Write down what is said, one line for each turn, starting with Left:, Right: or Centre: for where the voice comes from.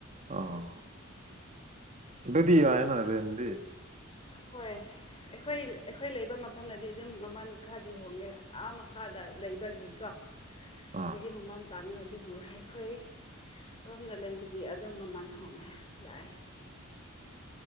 Right: ꯑꯥ ꯑꯗꯨꯗꯤ ꯌꯥꯏꯑꯦꯅ ꯔꯦꯟꯗꯤ
Left: ꯍꯣꯏ ꯑꯩꯈꯣꯏ ꯑꯩꯈꯣꯏ ꯂꯩꯕ ꯃꯐꯝꯗꯗꯤ ꯑꯗꯨꯝ ꯃꯃꯜ ꯈꯔꯗꯤ ꯍꯣꯡꯉꯦ ꯑꯥ ꯃꯈꯥꯗ ꯂꯩꯕꯒꯤꯀꯣ
Right: ꯑꯥ
Left: ꯑꯗꯨꯒꯤ ꯃꯃꯜ ꯇꯥꯡꯉꯦ ꯑꯗꯨꯕꯨ ꯑꯩꯈꯣꯏ ꯔꯣꯝꯗ ꯂꯩꯕꯗꯤ ꯑꯗꯨꯝ ꯃꯃꯟ ꯍꯣꯡꯉꯦ ꯌꯥꯏꯑꯦ